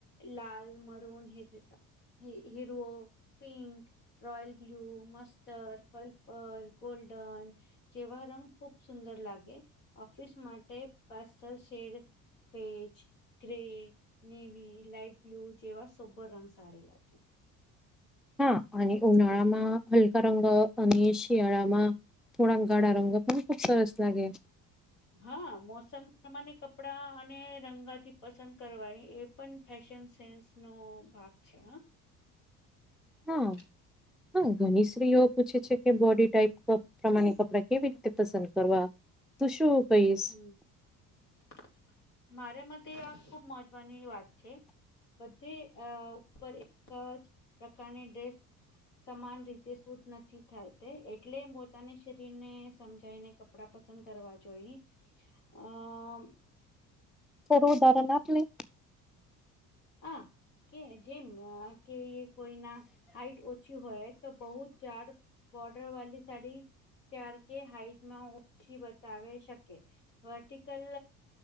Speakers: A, on the left; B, in the centre.
A: લાલ મરૂન હીરેરા હી હીરો pink royal blue mustard purple golden જેવા રંગ ખુબ સુંદર લાગે ઓફિસ માટે pastel shade page grey navy light blue જેવા સોબર રંગ સારે લાગે.
B: હા અને ઉનાળામાં હલકા રંગ અને શિયાળામાં થોડાક ગાળા રંગ પણ ખૂબ સરસ લાગે.
A: હા મોસમ પ્રમાણે કપડા અને રંગાથી પસંદ કરવાય એ પણ ફેશન સેન્સ નો ભાગ છે હ <inaudible>
B: હા, હા ઘણી સ્રીઓ પૂછે છે કે બોડી ટાઈપ કોપ. પ્રમાણે કપડા કેવી રીતે પસંદ કરવા તું શું કહીશ.
A: હમ મારે મતે આ ખુબ મહત્વની વાત છે બધે ઉપર એક જ પ્રકારની ડ્રેસ. સમાન રીતે સૂટ નથી થતે એટલે પોતાને શરીરને સમજાઈને. કપડા પસંદ કરવા જોઈએ આમ.
B: થોડું ઉદાહરણ આપને
A: હ કે જેમ કે કોઈ ના હાઈટ ઓછી હોયત તો બહુત જાડ બોર્ડર વાળી. સડી કાર કે હાઈટમાં ઓછી બતાવે શકે વર્ટિકલ